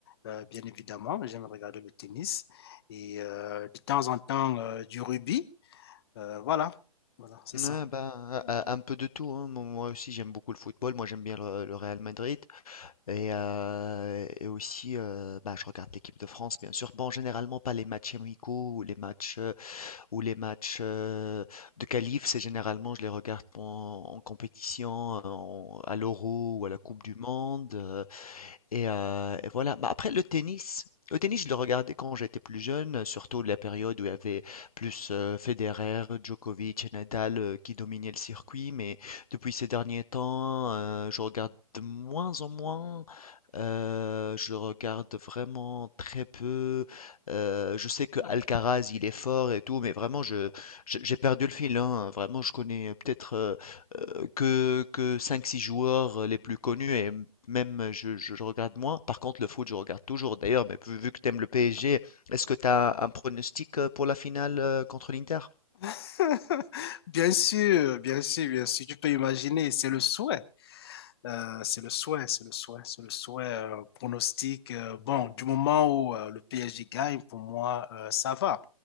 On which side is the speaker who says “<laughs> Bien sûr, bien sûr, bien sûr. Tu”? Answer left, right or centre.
Left